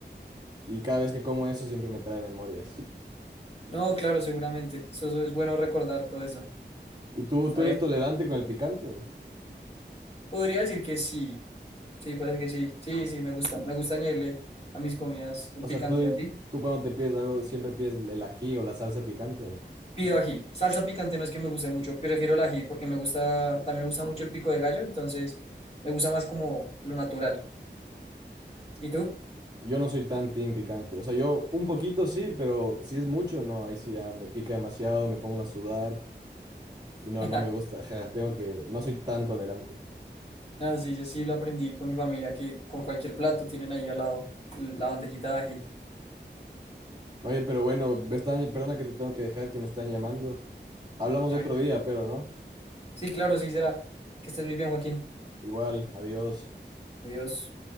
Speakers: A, on the right (about 20°); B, on the left (about 35°).
A: Y cada vez que como eso siempre me trae memorias.
B: No, claro, seguramente. Eso, eso es bueno recordar todo eso.
A: ¿Y tú,
B: Está
A: tú eres
B: bien.
A: tolerante con el picante?
B: Podría decir que sí. Sí, parece que sí. Sí, sí, me gusta. Me gusta añadirle a mis comidas el
A: O
B: picante
A: sea, tú,
B: y a ti.
A: tú cuando te pides algo siempre pides el ají o la salsa picante.
B: Pido ají. Salsa picante no es que me guste mucho, prefiero el ají porque me gusta, también me gusta mucho el pico de gallo, entonces me gusta más como lo natural. ¿Y tú?
A: Yo no soy tan team picante. O sea, yo un poquito sí, pero si es mucho, no. Ahí sí ya me pica demasiado, me pongo a sudar y no,
B: <laughs>
A: no me gusta. Ajá, tengo que, no soy tan tolerante.
B: No, sí, yo sí lo aprendí con mi familia, que con cualquier plato tienen ahí al lado la bandejita de ají.
A: Oye, pero bueno, me están, perdona que te tengo que dejar, que me están llamando. Hablamos
B: Tranquilo.
A: otro día, pero no.
B: Sí, claro, sí será. Que estés muy bien, Joaquín.
A: Igual, adiós.
B: Adiós.